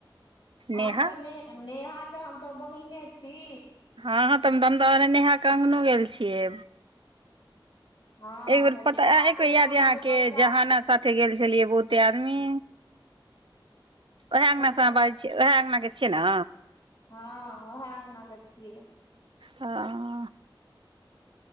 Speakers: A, on the left (about 75°); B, on the right (about 75°).
A: हम
B: नेहा
A: तऽ ने नेहा के हम तऽ बहिने छी।
B: हँ तऽ हम दमद नेहा कऽ अङ्गनो गेल छियै।
A: हँ
B: एक बेर
A: तऽ
B: पता
A: नेहा
B: एक
A: के
B: बेर याद
A: हम
B: य यहाँ के
A: बड़का
B: जहाना साथे गेल छलियै बहुते आदमी? उएह अङ्गनासँ
A: कतऽ
B: अहाँ बाजै छीयै उएह अङ्गना के छि न?
A: हँ ओएह अंगना के छियै।
B: हां